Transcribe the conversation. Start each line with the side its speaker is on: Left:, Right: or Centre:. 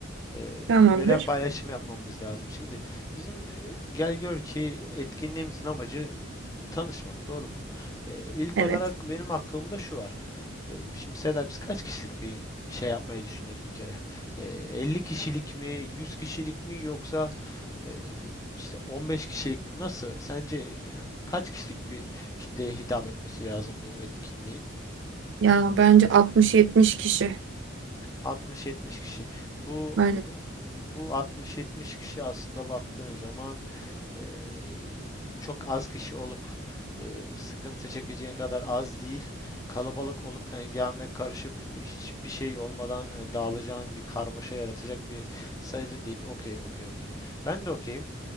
Left: Ee,
Right: Tamamdır.
Left: görev paylaşımı yapmamız lazım. Şimdi bizim e, gel gör ki etkinliğimizin amacı Tanışmak doğru mu? Ee, ilk
Right: Evet.
Left: olarak benim aklımda şu var. Ee, şimdi Seda biz kaç kişilik bir şey yapmayı düşünüyoruz bir kere? Ee, 50 kişilik mi, 100 kişilik mi yoksa e, işte 15 kişilik mi? Nasıl? Sence kaç kişilik bir kitleye hitap etmesi lazım bu etkinliğin?
Right: ya bence 60-70 kişi.
Left: 60-70 kişi. Bu
Right: Aynen.
Left: bu 60-70 kişi aslında baktığın zaman Eee, çok az kişi olup eee, sıkıntı çekeceğin kadar az değil. Kalabalık olup hengame karışıp hiçbir şey olmadan e, dağılacağın bir karmaşa yaratacak bir sayıda değil. Okey, okey, okey. Ben de okeyim.